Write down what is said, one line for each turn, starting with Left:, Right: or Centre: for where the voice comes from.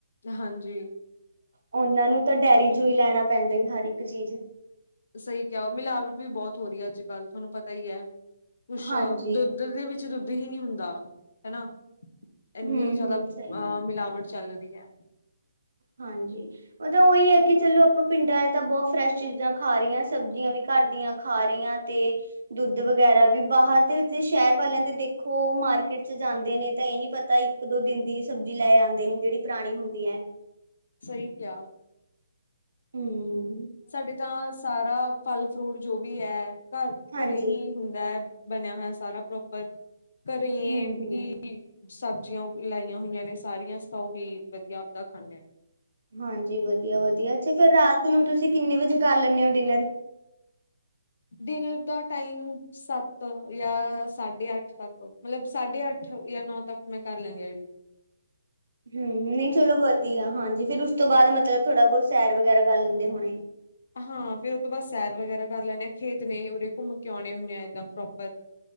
Left: ਹਾਂਜੀ।
Right: ਉਹਨਾਂ ਨੂੰ ਤਾਂ ਡੇਅਰੀ ਚੋ ਈ ਲੈਣਾ ਪੈਂਦੀ ਹਰ ਇੱਕ ਚੀਜ਼।
Left: ਸਹੀ ਕਿਹਾ ਮਿਲਾਵਟ ਵੀ ਬਹੁਤ ਹੋ ਰਹੀ ਆ ਅੱਜ ਕੱਲ ਤੁਹਾਂਨੂੰ ਪਤਾਂ ਈ ਐ, ਕੁੱਛ
Right: ਹਾਂਜੀ
Left: ਦੁੱਧ ਦੇ ਵਿੱਚ ਦੁੱਧ ਹੀ ਨੀ ਹੁੰਦਾ, ਹਨਾ। ਏਨੀਂ
Right: ਹੂੰ
Left: ਜਿਆਦਾ
Right: ਹੂੰ ਸਹੀ
Left: ਆ
Right: ਗੱਲ।
Left: ਮਿਲਾਵਟ ਚੱਲ ਰਈ ਐ।
Right: ਹਾਂਜੀ ਮਤਲਬ ਓਈ ਆ ਕਿ ਚਲੋ ਆਪਾਂ ਪਿੰਡਾਂ ਨੇ ਤਾਂ ਬਹੁਤ ਫਰੈਸ਼ ਚੀਜ਼ਾਂ ਖਾ ਰੇ ਆ ਸਬਜ਼ੀਆਂ ਵੀ ਘਰ ਦੀਆਂ ਖਾ ਰੇ ਆਂ ਤੇ ਦੁੱਧ ਵਗ਼ੈਰਾ ਵੀ, ਬਾਹਰ ਦੇ ਜੇ ਸ਼ਹਿਰ ਵਾਲਿਆਂ ਦੇ ਦੇਖ -ਓ ਮਾਰਕੀਟ ਚ ਜਾਂਦੇ ਨੇ ਤਾਂ ਏ ਨੀ ਪ ਤਾਂ ਇੱਕ ਦੋ ਦਿਨ ਦੀ ਸਬਜ਼ੀ ਲੈ ਆਂਦੇ ਨੇ ਜਿਹੜੀ ਪੁਰਾਣੀਂ ਹੁੰਦੀਂ ਐ।
Left: ਸਈ ਕਿਆ।
Right: ਹੂੰ।
Left: ਸਾਡੇ ਤਾਂ ਸਾਰਾ ਫਲ ਫਰੂਟ ਜੋ ਵੀ ਐ ਘਰ
Right: ਹਾਂਜੀ
Left: ਘਰੇ ਹੀ ਹੁੰਦਾ ਐ। ਬਣਿਆਂ ਹੋਇਆਂ ਸਾਰਾਂ ਪ੍ਰੋਪਰ, ਘਰੇ ਈ
Right: ਹਮ ਹਮ
Left: ਹੀ ਸਬਜ਼ੀਆਂ ਲਾਈਆਂ ਹੋਈਆਂ ਨੇ ਸਾਰੀਆਂ, ਅਸੀਂ ਤਾਂ ਉਹੀਂ ਵਧੀਆਂ ਆਪਦਾ ਖਾਂਨੇ ਆ।
Right: ਹਾਂਜੀ ਵਧੀਆਂ- ਵਧੀਆਂ ਅੱਛਾ ਫੇਰ ਰਾਤ ਨੂੰ ਤੁਸੀਂ ਕਿੰਨੇ ਵੱਜੇ ਕਰ ਲੈਂਦੇ ਹੋ ਡਿਨਰ?
Left: ਡਿੰਨਰ ਦਾ ਟਾਇਮ ਸੱਤ ਜਾਂ ਸਾਢੇ ਅੱਠ ਤੱਕ ਮਤਲਬ ਸਾਢੇ ਅੱਠ ਜਾਂ ਨੌ ਤੱਕ ਮੈਂ ਕਰ ਲੈਂਨੀ ਆ
Right: ਹੂੰ, ਨਹੀਂ ਚਲੋਂ ਵਧੀਆਂ ਹਾਂਜੀ ਫੇਰ ਉਸ ਤੋਂ ਬਾਅਦ ਮਤਲਬ ਥੋੜਾਂ ਬਹੁਤ ਸੈਰ ਵਗੈਰਾ ਕਰ ਲੈਂਦੇ ਹੋਣੇ?
Left: ਹਾਂ ਫੇਰ ਉਹ ਤੋਂ ਬਾਅਦ ਸੈਰ ਵਗੈਰਾ ਕਰ ਲੈਂਣੇ ਆ, ਖੇਤ ਨੇ ਉਰੇ ਘੁੰਮ ਕੇ ਆਉਣੇ ਹੁੰਨੇ ਏਦਾਂ ਆ। ਪ੍ਰੋਪਰ